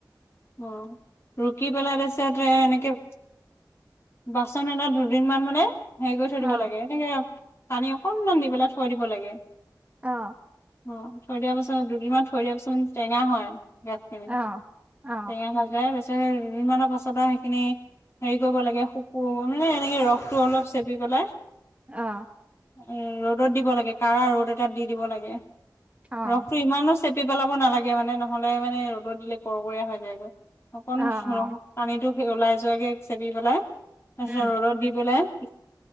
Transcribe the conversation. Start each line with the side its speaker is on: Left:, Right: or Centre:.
Left: অ', ৰুকি পেলাই তাৰিছত এ এনেকে বাচন এটাত দুদিন মান মানে হেৰি কৰি থৈ
Right: অ
Left: দিব লাগে এনেকে পানী অকনমান দি পেলাই থৈ দিব লাগে।
Right: অ'।
Left: অ', থৈ দিয়াৰ পিছত দুদিনমান থৈ দিয়া পিছত মানে টেঙা হয় গাজ টেঙা।
Right: অ অ অ
Left: টেঙা হৈ যায় পিছ দুদিনমানৰ পাছত আৰু সেইখিনি হেৰি কৰিব লাগে, শুকো মানে এনেকে ৰসটো অলপ চেপি পেলাই
Right: অ'।
Left: এ ৰ'দত দিব লাগে, কাৰা ৰ'দ এটাত দি দিব লাগে
Right: অ
Left: ৰসটো ইমানো চেপি পেলাব নালাগে মানে নহ'লে মানে ৰ'দত দিলে কৰকৰীয়া হৈ যায়গৈ অকণ
Right: অ অ
Left: পানীটো ওলাই যোৱাকে চেপি পেলাই তাৰপিছত
Right: উম
Left: ৰ'দত দি পেলাই